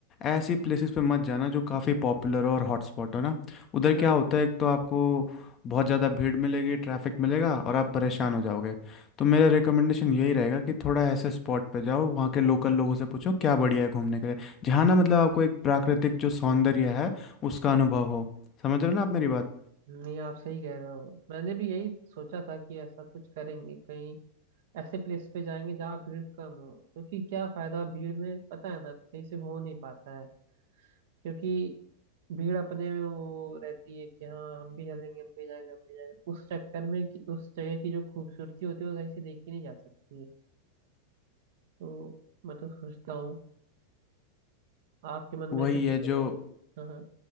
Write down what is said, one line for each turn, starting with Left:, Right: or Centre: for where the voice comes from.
Left: ऐसी प्लेसेस पे मत जाना जो काफ़ी पॉपुलर हो और हॉटस्पॉट हो ना उधर क्या
Right: हाँ
Left: होता है एक तो आपको बहुत ज़्यादा भीड़ मिलेगी ट्रैफिक मिलेगा और आप परेशान हो जाओगे तो मेरा रिकमेंडेशन यही रहेगा कि थोड़ा ऐसे स्पॉट पे जाओ वहाँ के लोकल लोगों से पूछो क्या बढ़िया है घूमने के लिए जहाँ ना मतलब आपको एक प्राकृतिक जो सौंदर्य है उसका अनुभव हो समझ रहे हो ना आप मेरी बात
Right: नहीं आप सही कह रहे हो मैंने भी यही सोचा था कि ऐसा कुछ करेंगे कहीं ऐसे प्लेस पे जाएंगे जहाँ भीड़ कम हो क्योंकि क्या फायदा भीड़ में पता है ना सही से हो नहीं पाता है क्योंकि भीड़ अपने में वो रहती है कि हाँ हम भी चलेंगे हम भी जाएंगे हम भी जाएंगे उस चक्कर में कि उस जगह की जो खूबसूरती होती है वो सही से देखी नहीं जा सकती है तो मैं तो सोचता हूँ आपके मन
Left: वही
Right: में ऐसे कोई
Left: है
Right: जगह
Left: जो
Right: है हाँ हाँ